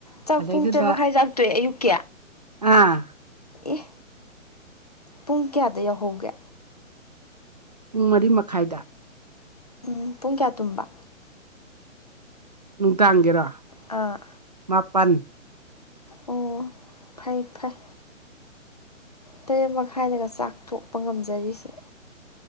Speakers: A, on the left (about 30°); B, on the right (about 35°).
A: ꯆꯥꯛ
B: ꯑꯗꯩꯗꯨꯗ
A: ꯄꯨꯡ ꯇꯔꯦꯠ ꯃꯈꯥꯏ ꯆꯥꯛꯇꯣꯛꯑꯦ ꯑꯌꯨꯛꯀꯤ
B: ꯑꯥ
A: ꯑꯦ ꯄꯨꯡ ꯀꯌꯥꯗ ꯌꯥꯎꯍꯧꯒꯦ
B: ꯄꯨꯡ ꯃꯔꯤ ꯃꯈꯥꯏꯗ
A: ꯎꯝ ꯄꯨꯡ ꯀꯌꯥ ꯇꯨꯝꯕ
B: ꯅꯨꯡꯗꯥꯡꯒꯤꯔꯣ
A: ꯑꯥ
B: ꯃꯥꯄꯥꯟ
A: ꯑꯣ ꯐꯩ ꯐꯩ ꯇꯔꯦꯠ ꯃꯈꯥꯏꯗꯒ ꯆꯥꯛꯊꯣꯛꯄ ꯉꯝꯖꯔꯤꯁꯦ